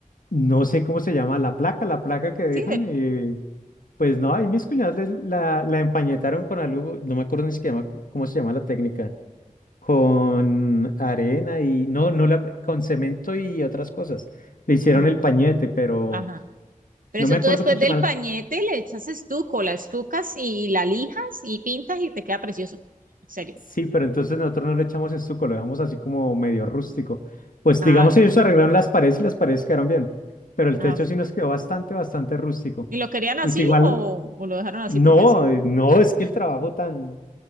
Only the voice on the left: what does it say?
No sé cómo se llama la placa, la placa que dejan.
eh, pues no, ahí mis cuñados les- la, la empañetaron con algo, no me acuerdo ni siquiera ma- cómo se llama la técnica, con arena y no, no la, con cemento y otras cosas. Le hicieron
el pañete, pero
no
me acuerdo
cómo se
llama.
Sí, pero entonces nosotros no le echamos estuco, lo dejamos así como medio rústico. Pues
digamos, ellos arreglaron las paredes y las paredes quedaron bien, pero el
techo sí nos quedó bastante, bastante rústico.
Pues igual,
no,
eh, no, es que el trabajo tan,